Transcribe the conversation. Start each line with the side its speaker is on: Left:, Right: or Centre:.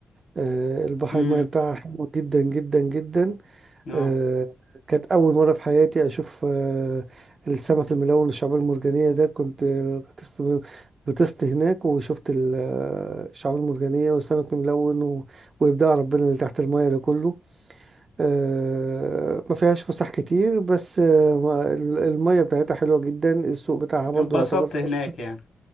Right: آه، البحر
Left: امم
Right: المياه بتاعها حلو جدا جدا جدا
Left: اه
Right: آه، كانت أول مرة في حياتي أشوف آه، السمك الملون الشعاب المرجانية ده كنت آه، غطست غطست هناك وشفت ال- آه، الشعاب المرجانية والسمك الملون و- وإبداع ربنا اللي تحت المياه ده كله آه، ما فيهاش فسح كتير بس آه، ما- ال- المية بتاعتها حلوة جدا السوق بتاعها برضو
Left: اتبسطت
Right: يعتبر فسح
Left: هناك يعني